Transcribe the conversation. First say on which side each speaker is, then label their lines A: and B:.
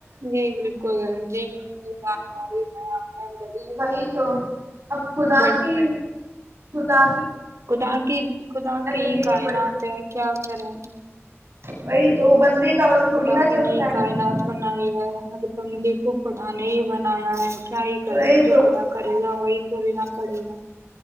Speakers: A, on the right; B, on the right.
A: جی بالکل جی بک جانکاری بڑی
B: وہی تو اب خدا
A: بٹ
B: کی ختا
A: خدا کی خدا کی
B: لینی
A: ہی کائنات
B: پڑتی
A: ہے کیا سرا
B: وہی تو وہ بندے کا بس تھوڑی
A: خدا
B: نہ
A: کے
B: چلتا
A: نئی
B: ہے
A: کائنات بنائی ہے بندی کو خدا نے ہی بنایا ہے ہی کریں
B: وہی
A: جو
B: تو
A: خدا کرے گا وہی توورناا پڑے گا